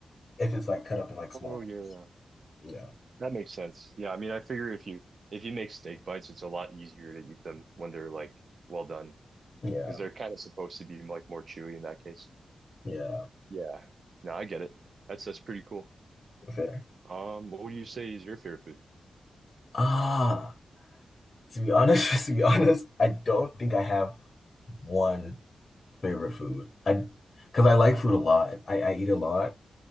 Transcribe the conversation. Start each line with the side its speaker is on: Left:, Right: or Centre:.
Left: if it's like cut up in like small
Right: Oh yeah.
Left: bits. Yeah.
Right: That makes sense. Yeah, I mean, I figure if you if you make steak bites, it's a lot easier to eat them when they're like well done
Left: Yeah.
Right: because they're kind of supposed to be like more chewy in that case.
Left: Yeah.
Right: Yeah. No, I get it. That's that's pretty cool.
Left: Fair.
Right: Um, what would you say is your favorite food?
Left: Ah, to be honest, <laughs> to be honest, I don't think I have one favorite food. I because I like food a lot. I, I eat a lot.